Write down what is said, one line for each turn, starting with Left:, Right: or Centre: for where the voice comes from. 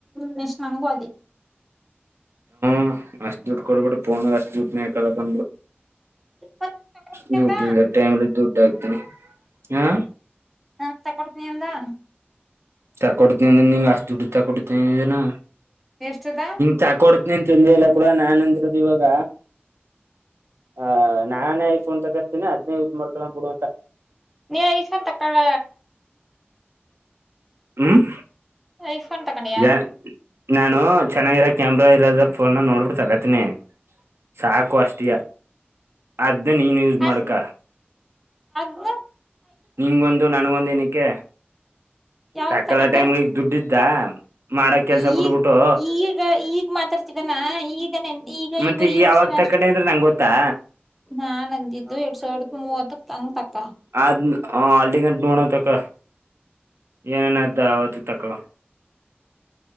Centre: ನೆಕಷ್ಟು ನಂಗು ಅದೇ
Right: ಹ ಅಷ್ಟ ದುಡ್ ಕೊಡ್ಬಿಟ್ಟ ಪೋನು ಅಷ್ಟದುಡ್ ಮ ಕಳಕು
Centre: ತಕೊಡ್ತನಿಂದ
Right: ದುಡ್ ಇಲ್ ಟೈಮ್ ದುಡ್ಡ ಆಗ್ತನ ಹಾ
Centre: ನಾ ತಗೊಡ್ತೀನಿ ಅಂದಾ
Right: ತಕೊಡ್ತಿ ನೀ ಅಷ್ಟಡ್ ತಕೊತಿನ
Centre: ಎಷ್ಟದಾ
Right: ಚಾಕೋಡತ್ನಿ ಅಂತಂದ ಎಲ್ಲ ಕೂಡ ನಾನ್ ಅಂದಿರೋದು ಇವಾಗ ಆ ನಾನೇ ಐಫೋನ್ ತಗತಿನಿ ಅದನೆ ಯೂಸ್ ಮಾಡ್ಕೊಕ್ ಬಿಡುವಂತ
Centre: ನೀ ಐಸನ್ ತಕ್ಕಳಡ
Right: ಹ್ಮ್
Centre: ಐಫೋನ್ ತಕೊಂಡಿಯಾ
Right: ಯ ನಾನು ಚೆನ್ನಾಗಿರೋ ಕ್ಯಾಮ್ರಾ ಇರೋದ ಫೋನನ್ನ ನೋಡ್ಬಿಟ್ಟು ತಗೋತೀನಿ ಸಾಕು ಅಷ್ಟಿಯ ಅದ ನೀನು ಯೂಸ್
Centre: ಅದು
Right: ಮಾಡ್ಕ
Centre: <unintelligible>
Right: ನಿಂಗಗೊಂದು ನನ್ಗೊಂದು ಏನಕ್ಕೆ
Centre: ಯಾವಾಗ
Right: ತಕಲ
Centre: ತಕೊಂಡೆ
Right: ಟೈಮ್ಗೆ ಈಗ ದುಡ್ಡ್ ಇತ್ ಮಾಡಕ್ ಕೆಲ್ಸ
Centre: ಈಗ
Right: ಬಿಡ್ಬಿಟ್ಟು
Centre: ಈಗ ಈಗ ಮಾತಾಡ್ತಿದ್ದಾನ ಈಗ ನೆನ್
Right: ಮತ್ತೆ
Centre: ಇ
Right: ಈಗ
Centre: ಈ ವರ್ಷ
Right: ಯಾವಾಗ ತಕೋಂಡೆ
Centre: ಅಷ್ಟ
Right: ಅಂದ್ರೆ ನಂಗೆ ಗೊತ್ತಾ
Centre: ನಾನ್ ನಂದಿದ್ದು ಎರಡ್ ಸಾವಿರದ ಮೂವತ್ತಕ್ ಬಂದ ತಕ್ಕ
Right: ಆದ್ ಅಲ್ಲಿ ಗಂಟ್ ನೋಡೋ ತಕ ಏನೇನ್ದ ಅವತ್ತಿಗೆ ತಕೊಳ